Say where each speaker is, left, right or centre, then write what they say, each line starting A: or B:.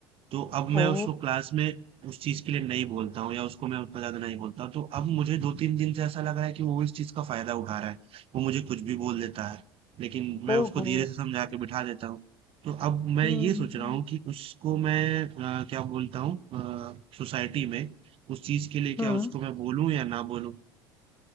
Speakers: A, on the right (about 50°); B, on the left (about 20°).
A: तो अब मैं
B: ओ
A: उसको क्लास में उस चीज के लिए नहीं बोलता हूँ या उसको मैं उतना ज्यादा नहीं बोलता हूँ। तो अब मुझे दो तीन दिन से ऐसा लग रहा है कि वो इस चीज का फायदा उठा रहा है वो मुझे कुछ भी बोल देता है लेकिन मैं
B: ओहो
A: उसको धीरे से समझा के बिठा देता हूँ तो अब मैं
B: हम्म
A: ये सोच रहा हूँ कि उसको मैं अ, क्या बोलता हूँ सोसाइटी में उस चीज के लिए
B: हम्म।
A: क्या उसको मैं बोलूँ या ना बोलूँ